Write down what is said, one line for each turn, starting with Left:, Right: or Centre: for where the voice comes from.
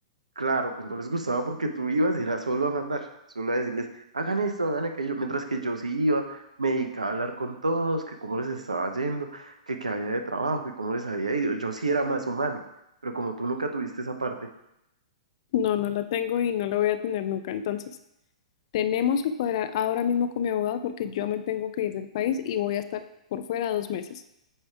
Right: claro, pues no les gustaba porque tú ibas y era solo a mandar, solo a decirles, hagan esto, hagan aquello. Mientras que yo sí iba, me dedicaba a hablar con todos, que cómo les estaba yendo, que qué había de trabajo, que cómo les había ido. Yo sí era más humano, pero como tú nunca tuviste esa parte,
Left: No, no la tengo y no la voy a tener nunca. Entonces, tenemos que cuadrar ahora mismo con mi abogado porque yo me tengo que ir del país y voy a estar por fuera dos meses.